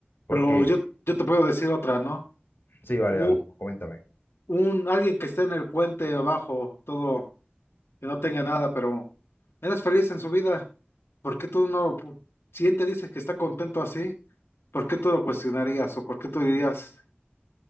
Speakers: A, on the left; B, on the left.
A: porque
B: Pero yo, yo te puedo decir otra, ¿no?
A: sí, vale,
B: Mu-
A: dale, coméntame.
B: Un, alguien que esté en el puente abajo, todo, que no tenga nada, pero eres feliz en su vida. ¿Por qué tú no, pu- si él te dice que está contento así, ¿por qué tú lo cuestionarías? ¿O por qué tú dirías?